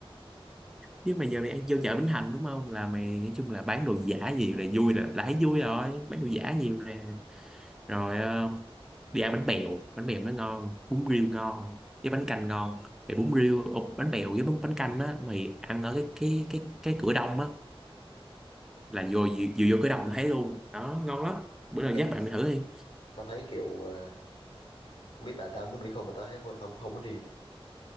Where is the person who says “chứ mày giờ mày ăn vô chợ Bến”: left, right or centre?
Centre